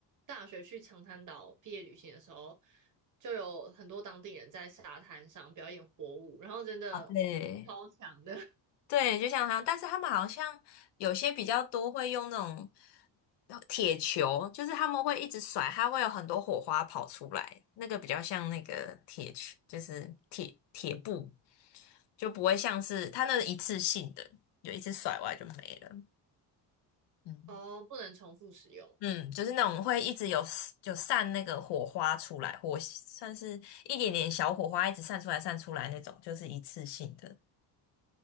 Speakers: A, on the right; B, on the left.
A: 大学去长滩岛毕业旅行的时候，就有很多当地人在沙滩上表演火舞，然后真的
B: 对
A: <laughs> 超强的
B: 对，就像他，但是他们好像有些比较多会用那种铁球，就是他们会一直甩，它会有很多火花跑出来，那个比较像那个铁球，就是铁铁布，就不会像是它那是一次性的，就一次甩完就没了。
A: <laughs>
B: 嗯，
A: 哦，不能重复使用。
B: 嗯，就是那种会一直有就散那个火花出来，火算是一点点小火花，一直散出来散出来那种，就是一次性的。